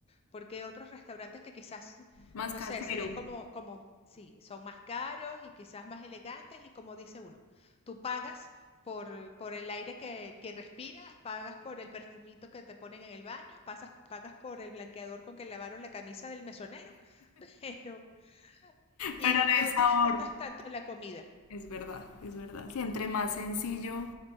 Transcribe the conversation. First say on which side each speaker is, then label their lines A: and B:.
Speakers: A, on the left; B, on the left.
A: Porque otros restaurantes que quizás,
B: más
A: no
B: casero,
A: sé, se ven como, como, sí, son más caros y quizás más elegantes y como dice uno, tú pagas por, por el aire que, que respiras, pagas por el perfumito que te ponen en el baño, pasas, pagas por el blanqueador con que lavaron la camisa del mesonero, <laughs> pero, y
B: pero
A: no
B: de sabor.
A: disfrutas tanto la comida.
B: Es verdad, es verdad. Sí, entre más sencillo,